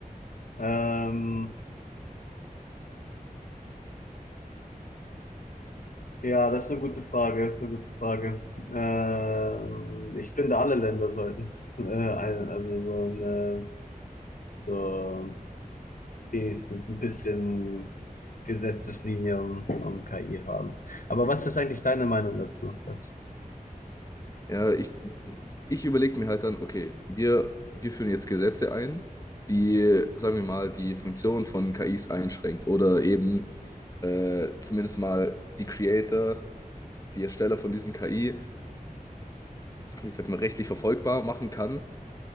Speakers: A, on the left; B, on the left.
A: ähm, ja, das ist eine gute Frage, das ist eine gute Frage. Ähm, ich finde, alle Länder sollten, <laughs> äh, ein- also so eine, so wenigstens ein bisschen Gesetzeslinie um, um KI haben. Aber was ist eigentlich deine Meinung dazu? Was?
B: Ja, ich, ich überlege mir halt dann, okay, wir, wir führen jetzt Gesetze ein, die, sagen wir mal, die Funktion von KIs einschränkt oder eben äh, zumindest mal die Creator, die Ersteller von diesen KI, wie sagt man, rechtlich verfolgbar machen kann,